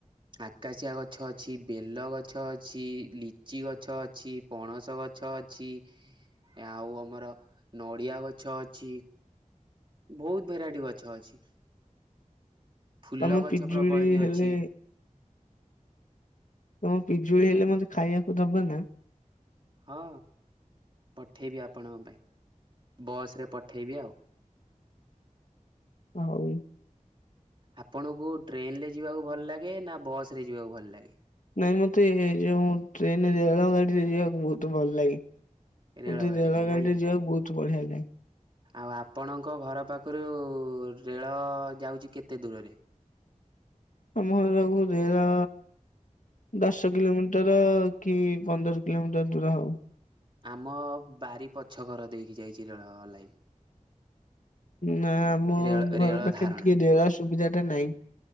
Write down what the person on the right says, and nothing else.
ଆକାଶିଆ ଗଛ ଅଛି, ବେଲ ଗଛ ଅଛି, ଲିଚି ଗଛ ଅଛି, ପଣସ ଗଛ ଗଛ ଅଛି ଆଉ ଆମର ନଡିଆ ଗଛ ଅଛି। ବହୁତ ଭେରାଇଟି ଗଛ ଅଛି। ଫୁଲ
ଗଛ
ପ୍ରବଳ ବି
ଅଛି।
ହଁ ପଠେଇବି ଆପଣଙ୍କ ପାଇଁ, ବସରେ ପଠେଇବି ଆଉ
ଆପଣଙ୍କୁ ଟ୍ରେନ ରେ ଯିବାକୁ ଭଲ ଲାଗେ! ନା ବସ ରେ ଯିବାକୁ ଭଲ ଲାଗେ?
ରେଳଗାଡିରେ
ନାଇଁ କି
ଆଉ ଆପଣଙ୍କ ଘର ପାଖରୁ ରେଳ ଯାଉଛି କେତେ ଦୂରରେ? <inaudible>
ଆମ ବାରି ପଛ ଘର ଦେଇକି ଯାଇଛି ରେଳ ଲାଇନ।
ରେଳ ରେଳ
ଧାରଣା